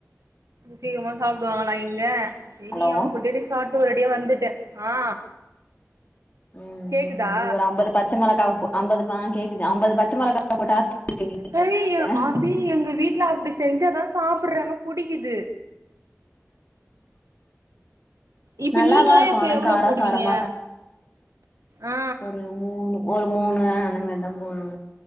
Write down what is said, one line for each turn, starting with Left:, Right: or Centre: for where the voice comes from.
Right: சீக்கிரமா சாப்பிடுவாங்ளா இங்க செரி
Left: ஹலோ
Right: அவுங்க கூடடி சா ட்டு ஒரேடியா வந்துட்டே ஆ
Left: ம்
Right: கேக்குதா
Left: ம் நீ ஒரு அம்பது பச்ச மிளகா போ அம்பது ஆ கேக்குது அம்பது பச்ச மிளகா போட்டா <inaudible> சட்னில
Right: ஐயோ அபி எங்க வீட்ல அப்டி செஞ்சாதா சாப்பிடுறாங்க புடிக்குது இப்ப
Left: நல்லாதா
Right: நீங்களா
Left: இருக்கு
Right: இப்ப
Left: ஆனா
Right: எவ்ளோ
Left: கார
Right: போடுவீங்க
Left: சாரமா
Right: ஆ
Left: ஒரு மூணு ஒரு மூணு அந்த மாதிரிதான் போடுவ